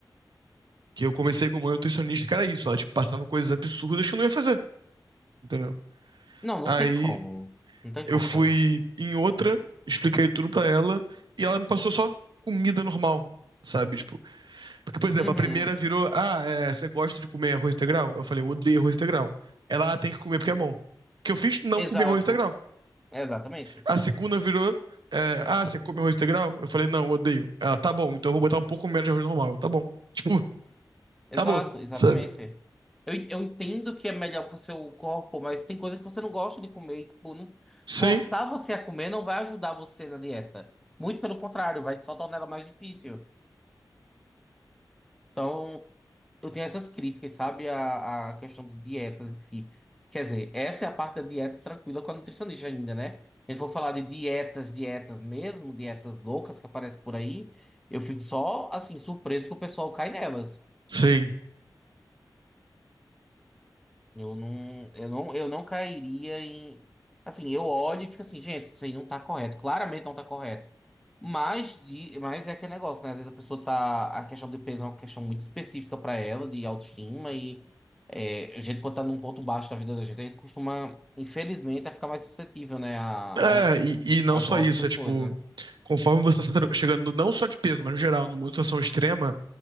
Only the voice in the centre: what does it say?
Não, não
tem como. Não tem
como
fazer.
Uhum.
Exato.
Exatamente.
Exato,
exatamente.
Eu, eu entendo que é melhor pro seu corpo, mas tem coisa que você não gosta de comer. e, Tipo, não-
forçar você a comer não vai ajudar você na dieta. Muito pelo contrário, vai só tornar ela mais difícil. Então, eu tenho essas críticas, sabe? A, a questão de dietas em si. Quer dizer, essa é a parte da dieta tranquila com a nutricionista ainda, né? Eu vou falar de dietas, dietas mesmo, dietas loucas que aparecem por aí. Eu fico só, assim, surpreso que o pessoal cai nelas.
Eu não, eu não, eu não cairia em. Assim, eu olho e fico assim, gente, isso aí não tá correto. Claramente não tá correto. Mas, de, mas é aquele negócio, né? Às vezes a pessoa tá. A questão do peso é uma questão muito específica pra ela, de autoestima. E é, a gente, quando tá num ponto baixo da vida da gente, a gente costuma, infelizmente, a ficar mais suscetível, né? A,
a, es-
a
golpes,
essas
coisas.